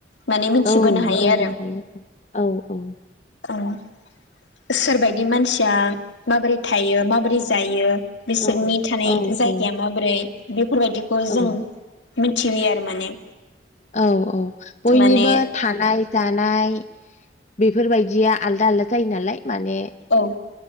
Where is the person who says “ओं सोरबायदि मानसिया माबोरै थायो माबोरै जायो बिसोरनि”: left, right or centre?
Left